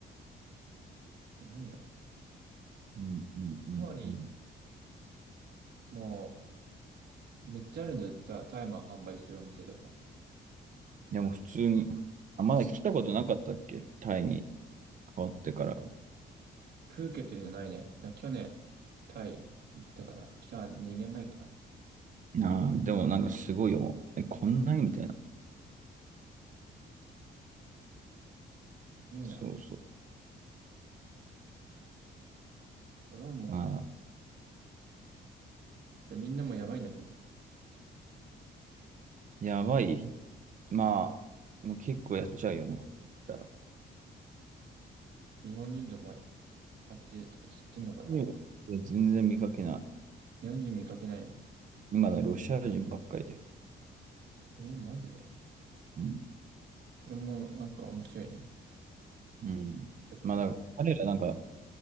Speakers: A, on the right (about 60°); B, on the right (about 45°).
A: すごいな。
B: うんうんうんうん。
A: なのに、もう、めっちゃあるんだよ。じゃあ、タイマー販売してるお店とか。
B: でも普通に、あ、まだ来たことなかったっけタイに変わってから。
A: プーケットにはないね。だ去年、タイ行ったかな。去年2年前かな。
B: ああ、でもなんかすごいよ、もう。え、こんなにみたいな。
A: いいな。
B: そうそう。
A: それはもう、
B: ああ、
A: でみんなもやばいんだけど。
B: やばい。まあ、もう結構やっちゃうよね。行ったら。
A: 日本人とかも、あっち知ってんのかな。
B: いや全然見かけない。
A: 日本人見かけないの。
B: 今だロシア人ばっかりで。
A: え、マジで
B: うん
A: それもなんか面白いね。
B: うん。
A: 若干。
B: まあ、だから彼らなんか